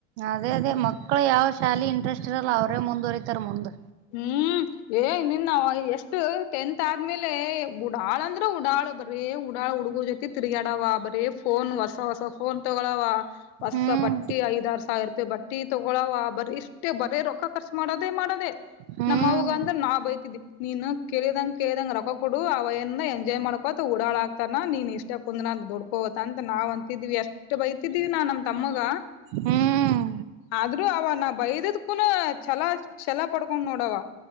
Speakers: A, on the right; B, on the left.
A: ಅದೇ ಅದೇ ಮಕ್ಳ ಯಾವ್ ಶಾಲೆ ಇಂಟ್ರೆಸ್ಟ್ ಇರಲ್ಲ ಅವ್ರೇ ಮುಂದುವರಿತಾರ ಮುಂದ್
B: ಹ್ಮ್ ಏನು ಇಲ್ಲ ಎಷ್ಟ ಟೆಂತ್ ಆದ್ಮೇಲೆ ಉಡಾಳ ಅಂದ್ರ ಉಡಾಳು ಬರ್ರಿ ಉಡಾಳ್ ಹುಡ್ಗ ಜೊತಿ ತಿರ್ಗಾಡವ ಬರೀ ಫೋನ್ ಹೊಸ ಹೊಸ ಫೋನ್ ತಗೋಳವ ಹೊಸ
A: ಹ್ಮ್
B: ಬಟ್ಟಿ ಐದ್ ಆರ್ ಸಾವಿರ ರೂಪಾಯಿ ಬಟ್ಟಿ ತಗೊಳವ ಬರಿ ಇಷ್ಟೇ ಬರೀ ರೊಕ್ಕ ಖರ್ಚು ಮಾಡೋದೇ ಮಾಡೋದೆೇ
A: ಹ್ಮ್
B: ನಮ್ಮ ಅವ್ವಗೇ ಅಂದ್ರೆ ನಾವ್ ಬೈತಿದ್ ನೀನು ಕೇಳಿದಂಗ ಕೇಳಿದಂಗ ರೊ ಕೊಡು ಅವನ ಎಂಜಾಯ್ ಮಾಡ್ಕೋತ ಓಡಾಳ ಆಕ್ತಾನ ನೀನ್ ಇಷ್ಟ ಕುಂದ ನ ದುಡ್ಕೋತ ಅಂತ ನಾವ್ ಅಂತಿದ್ವಿ ಎಷ್ಟ್ ಬೈತಿದೀವಿ ನಾ ನಮ್ ತಮ್ಮಗ
A: ಹ್ಮ್
B: ಆದ್ರೂ ಅವನ ಬೈದದಕೂ ಚಲ ಚಲ ಪಡ್ಕೊಂಡ್ ನೋಡವ